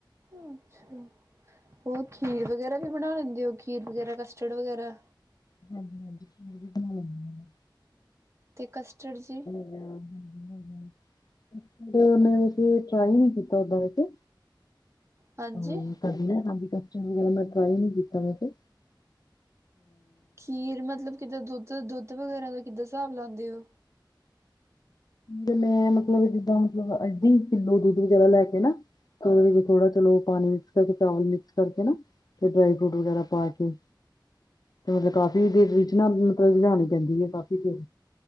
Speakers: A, on the right (about 35°); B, on the left (about 50°).
A: ਅੱਛਾ, ਹੋਰ ਖੀਰ ਵਗੈਰਾ ਵੀ ਬਣਾ ਲੈਂਦੇ ਹੋ? ਖੀਰ ਵਗੈਰਾ, ਕਸਟਰਡ ਵਗੈਰਾ
B: ਹਾਂਜੀ ਹਾਂਜੀ ਖੀਰ ਵੀ ਬਣਾ ਲੈਂਦੀ ਹਾਂ।
A: ਤੇ ਕਸਟਡ ਜੀ।
B: ਉਹ ਵੀ ਬਣਾ ਲੈਂਣੀ ਹਾਂ। ਕਸਟਡ ਮੈਂ ਵੈਸੇ ਟਰਾਈ ਨਹੀਂ ਕੀਤਾ ਓਦਾਂ ਵੈਸੇ।
A: ਹਾਂਜੀ
B: ਹੂੰ ਕਦੀ ਨਾ ਕਦੀ ਕਸਟਡ ਮੈਂ ਟਰਾਈ ਨੀ ਕੀਤਾ ਵੈਸੇ।
A: ਖੀਰ ਮਤਲਬ ਕਿੱਦਾਂ ਦੁੱਧ ਦੁੱਧ ਵਗੈਰਾ ਦਾ ਕਿੱਦਾਂ ਹਿਸਾਬ ਲਾਉਂਦੇ ਹੋ।
B: ਨਹੀਂ ਮੈਂ ਮਤਲਬ ਜਿੱਦਾਂ ਮਤਲਬ ਅੱਧੀ ਕਿੱਲੋ ਦੁੱਧ ਵਗੈਰਾ ਲੈ ਕੇ ਨਾ। ਤੇ ਉਹਦੇ ਥੋੜਾ ਚਲੋ ਪਾਣੀ ਮਿਕਸ ਕਰਕੇ ਚਾਵਲ ਮਿਕਸ ਕਰਕੇ ਨਾ। ਤੇ ਡਰਾਈ ਫਰੂਟ ਵਗੈਰਾ ਪਾ ਕੇ। ਤੇ ਮਤਲਬ ਕਾਫੀ ਰੀਜ਼ ਨਾ ਮਤਲਬ ਬਣਾਉਣੀ ਪੈਂਦੀ ਹੈ ਕਾਫੀ ਦੇਰ।